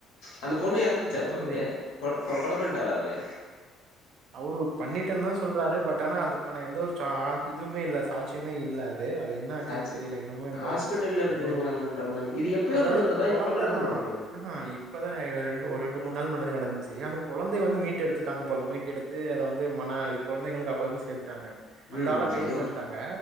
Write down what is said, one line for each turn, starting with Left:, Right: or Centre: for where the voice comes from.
Left: அந்த பொண்ணு இறந்துருச்சா
Right: அதெல்லாம்
Left: ப்ரோ அது கொ கொ கொல பண்டாரா அவரு
Right: அவரு பண்ணிட்டேன்தா சொல்றாரு பட் ஆனா அதுக்கான எந்த ஒரு சா இதுமே இல்ல சாட்சியமே இல்ல து அது என்ன ஆச்சுன்
Left: சாச்சு
Right: தெரில இன்னமு இந்த
Left: ஹாஸ்பிட்டல்ல இருக்குங்கன்ற
Right: என்ன சொல்றது
Left: மாரி இது எப்பயோ
Right: அதாவது
Left: நடந்ததா
Right: கொழந்ததா
Left: இப்ப நடந்ததா ப்ரோ இது
Right: ம்ஹு இப்பதா எ ரெண்டு ஒரு ரெண்டு மூண் நாள் முன்னதே நடந் சேரி அந்த கொழந்தய வந்து மீட்டு எடுத்துட்டாங்க போலமி மீட்டெடுத்து அத வந்து மன இது கொழந்தைகள் காப்பகத்தில் சேத்து டாங்க அந்த
Left: ம்
Right: ஆள கைது
Left: அது ஓகே
Right: பண்டாங்க